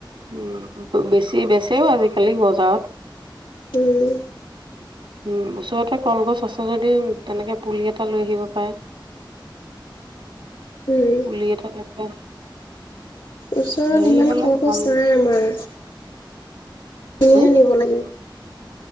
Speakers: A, on the right (about 75°); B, on the left (about 80°).
A: উম বেছি বেচেও আজিকালি বজাৰত।
B: উম
A: উম, ওচৰতে কলগছ আছে যদি তেনেকে পুলি এটা লৈ আহিব পাৰে।
B: উম।
A: পুলি এটা <unintelligible>
B: ওচৰত
A: হেৰি
B: ইমান
A: হলে
B: কলগছ
A: ভাল
B: নাই আমাৰ। কিনিয়ে
A: হ
B: আনিব লাগিব।